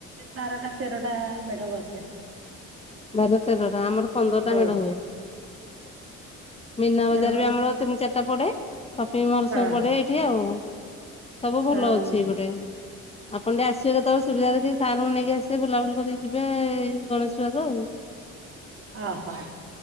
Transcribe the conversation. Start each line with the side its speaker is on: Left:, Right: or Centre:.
Right: ବାରଟା ତେରଟା ମେଢ ବସେ।
Left: ବାର ତେରଟା ଆମର ପନ୍ଦରଟା
Right: ହଁ
Left: ମେଢ ହୁଏ। ମିନା ବଜାର
Right: ମେଢ ବସେ
Left: ବି ଆମର ତିନି ଚାରିଟା ପଡେ, ସପିଙ୍ଗ ମଲ୍
Right: ହଁ
Left: ସବୁ ପଡେ ଏଇଠି ଆଉ। ସବୁ ଭଲ
Right: ହଁ
Left: ଅଛି ଏପଟେ ଆପଣ ଟିକେ ଆସିବେ କେତେବେଳେ ସୁବିଧା ଦେଖି। ସାରଙ୍କୁ ନେଇକି ଆସିବେ ବୁଲାବୁଲି କରିକି ଯିବେ ଏଇ ଗଣେଶ ପୂଜାକୁ ଆଉ।
Right: ଅ ହୋ